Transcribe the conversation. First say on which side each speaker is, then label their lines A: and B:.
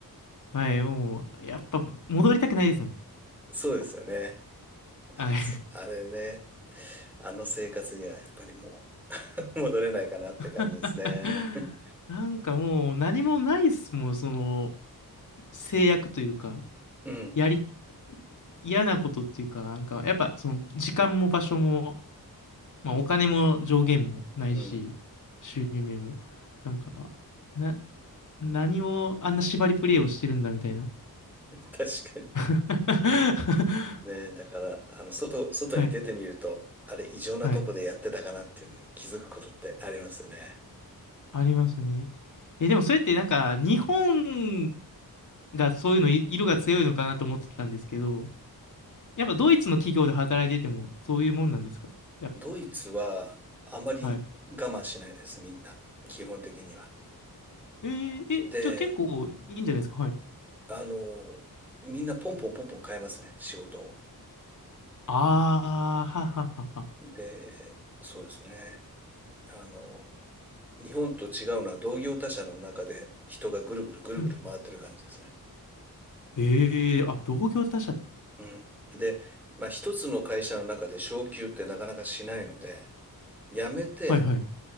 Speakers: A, on the left; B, in the centre.
A: はい、もう、やっぱ、戻りたくないですもん。
B: そうですよね。
A: はい。
B: あ、そ、あれね、あの生活にはやっぱりもう <laughs> 戻れないかなって感じですね。
A: <laughs>
B: <laughs>
A: なんかもう、何もないですもん、その、制約というか、
B: うん、
A: やり嫌なことっていうか、なんか、やっぱその時間も場所も、まあお金も上限もないし、
B: うん、
A: 収入面も、なんか、な、何をあんな縛りプレイをしてるんだみたいな。
B: 確かに。
A: <laughs>
B: ねえ、だから、あの、外、外に出てみると、
A: はい、
B: あれ、異常なとこでやってたかなっていうのに気づくことってありますよね。
A: はい、ありますね。え、でもそれってなんか、日本がそういうのい、色が強いのかなと思ってたんですけど、やっぱドイツの企業で働いててもそういうもんなんですかやっ
B: ドイツは、あまり我慢しないです、
A: ぱ、はい。
B: みんな。基本的には。
A: えーえ、
B: で、
A: じゃあ結構いいんじゃないですかはい。
B: あの、みんなポンポンポンポン変えますね、仕事を。
A: ああ、はははは。
B: で、そうですね。あの、日本と違うのは同業他社の中で人がぐるぐるぐるぐる回ってる感じですね。
A: うん。ええあ、同業他社で。
B: うん。で、まあ、一つの会社の中で昇給ってなかなかしないので、辞めて、
A: はいはい。